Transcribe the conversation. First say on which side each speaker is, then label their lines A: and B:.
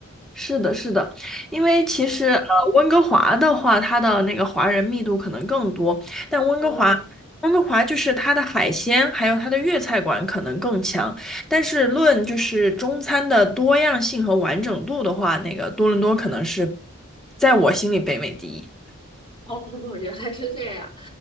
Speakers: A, in the centre; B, on the left.
A: 是的，是的，因为其实呃，
B: 哦
A: 温哥华的话，它的那个华人密度可能更多，但温哥华，
B: 哦
A: 温哥华就是它的海鲜还有它的粤菜馆可能更强，但是论就是中餐的多样性和完整度的话，那个多伦多可能是在我心里北美第一。
B: 哦，<laughs> 原来是这样。